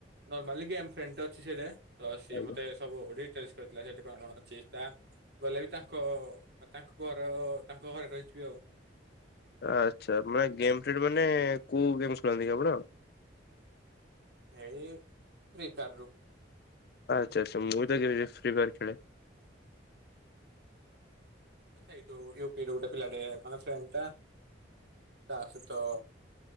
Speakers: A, on the right; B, on the left.
A: ନର୍ମଲି ଗେମ ଫ୍ରେଣ୍ଡ ଅଛି ସେଠି। ତ ସିଏ
B: ଆଜ୍ଞା।
A: ମୋତେ ସବୁ ଡିଟେଲସ କହିଥିଲା! ସେଠି କଣ କଣ ଅଛି ଟା ଗଲେ ବି ତା ଙ୍କ ତାଙ୍କ ଘର ତାଙ୍କ ଘରେ ରହିଯିବି ଆଉ।
B: ଆଛା, ମାନେ ଗେମ୍ ଖେଳୁ ମାନେ କୋଉ ଗେମ୍ ଖେଳନ୍ତି କି ଆପଣ?
A: ଏଇ ଫ୍ରି ଫାର ରୁ
B: ଆଛା ଆଛା, ମୁଁ ତ କେବେ ବି ଫ୍ରି ଫାୟାର ଖେଳେ।
A: ତ ଏଇଠୁୁ ୟୁପିରେ ଗୋଟେ ପିଲାଟେ ମାନେ ଫ୍ରେଣ୍ଡ ଟା। ତା ସହିତ